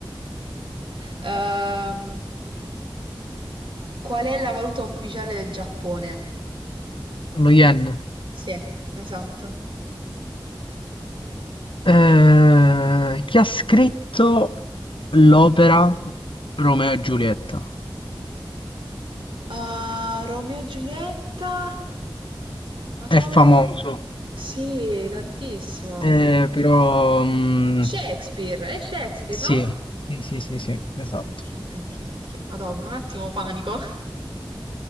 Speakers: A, on the right; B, on the left.
A: Ehm, qual è la valuta ufficiale del Giappone?
B: Lo Yen.
A: Sì. Esatto.
B: Eh, chi ha scritto l'opera Romeo e Giulietta?
A: Ah, Romeo e Giulietta? Ma tu...
B: È famoso,
A: Sì, tantissimo.
B: eh, però... mm,
A: Shakespeare, è Shakespeare,
B: sì,
A: no?
B: sì, sì, sì, sì, esatto.
A: Ok, ok, ok. Madò, per un attimo panico. <laughs>